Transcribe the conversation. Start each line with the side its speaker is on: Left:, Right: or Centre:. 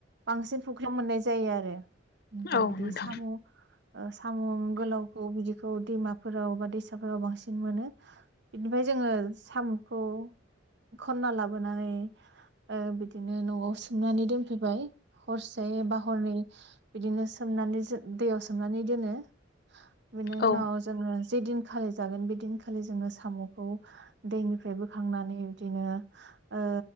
Right: बांसिन फुख्रियाव मोननाय जायो आ रो ओमफ्राय
Left: औ
Right: बिदि
Left: नोंथां
Right: सामु' ओ सामु' गोलावखौ बिदि खौ दैमाफोराव बा दैसाफोराव बांसिन मोनो। बिनिफ्राय जोङो साम'खौ खन्ना लाबोनानै ओ बिदिनो न'आव सोमनानै दोनफैबाय हरसे बा हरनै बिदिनो सोमनानै जो दैयाव सोमनानै दोनो बिनि
Left: औ
Right: उनाव जोङो जे दिनखालि जागोन बेदिनखालि जोङो साम'खौ दैनिफ्राय बोखांनानै बिदिनो ओ